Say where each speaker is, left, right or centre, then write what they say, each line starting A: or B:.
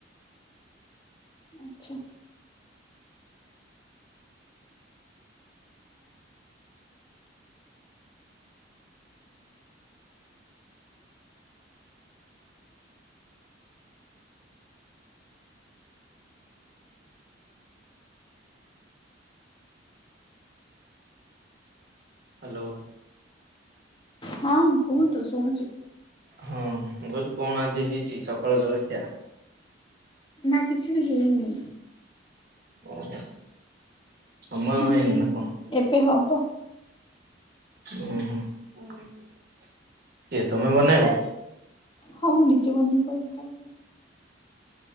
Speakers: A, on the left (about 25°); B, on the right (about 55°).
A: ଆଚ୍ଛା
B: ହ୍ୟାଲୋ।
A: ହଁ କୁହନ୍ତୁ ଶୁଣୁଚି।
B: ହଁ ମୁଁ କଖିଲି କଣ ଆଜି ହେଇଚି ସକାଳ ଜଳଖିଆ?
A: ଆ କିଛି ବି ହେଇନି।
B: ଓହୋ ସମୟ
A: ହୁଁ
B: ହେଇନି ନାଁ।
A: ଏବେ ହବ।
B: ଉ ହୁଁ କିଏ ତମେ ବନେଇବ?
A: ହଁ ମୁଁ ନିଯେବନେଇ କରି ଖାଇବି।